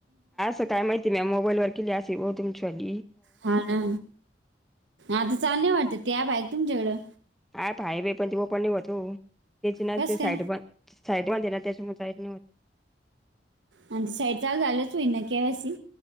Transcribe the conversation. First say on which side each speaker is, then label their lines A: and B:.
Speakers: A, in the centre; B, on the right.
A: ं काय माहितीय म मोबाईल वर केली अस भा तुमच्या आग
B: हा ना आता चाल नाही वाटत तेब आहे तुमच्याकडं
A: हा भाई बाई पण तेव पणणी होतो त्याची ना
B: कस
A: ते
B: काय
A: साईड पण साईड म दे ना त्याच्या मग साईड न होती
B: आणि ते साईड चाल झालंच होई ना केवसी